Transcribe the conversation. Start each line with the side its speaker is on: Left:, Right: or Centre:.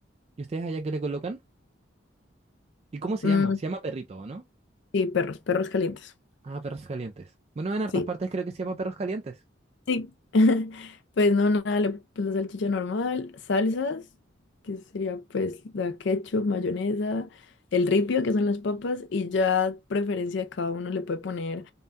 Right: ¿Y ustedes allá qué le colocan? ¿Y cómo se
Left: Mm,
Right: llama? Se llama perrito, ¿o no?
Left: Sí, perros, perros calientes.
Right: Ah, perros calientes. Bueno, en hartas
Left: Sí,
Right: partes creo que se llama perros calientes.
Left: sí. <laughs> Pues no, nada, le- pues la salchicha normal, salsas, que sería pues la ketchup, mayonesa, el ripio, que son las papas, y ya preferencia de cada uno le puede poner